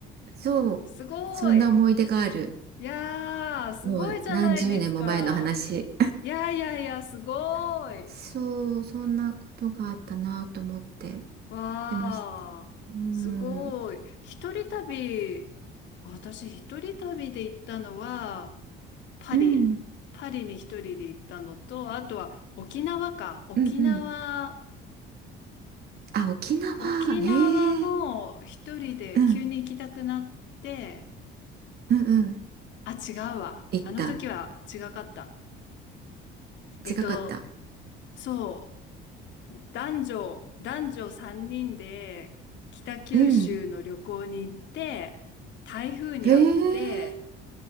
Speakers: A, on the right; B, on the left.
A: そうそんな思い出がある
B: すごい。いやー、すごいじゃないですか。
A: もう何十年も前の話
B: いやいやいや、すごい。
A: <laughs> そうそんなことがあったなと思って
B: わー、
A: でもひうん
B: すごい。一人旅、私一人旅で行ったのは、パリパリに一人で行ったのと、
A: うん
B: あとは沖縄か。沖縄、
A: うんうんあ沖縄へえ
B: 沖縄も一人で急に行きたくなって、
A: うんうんうん
B: あ、違うわ。
A: 行った
B: あの時は違かった。えっと、
A: 違かった
B: そう、男女、男女3人で北九州の旅行に行って、
A: うん
B: 台風にあって、
A: へえ。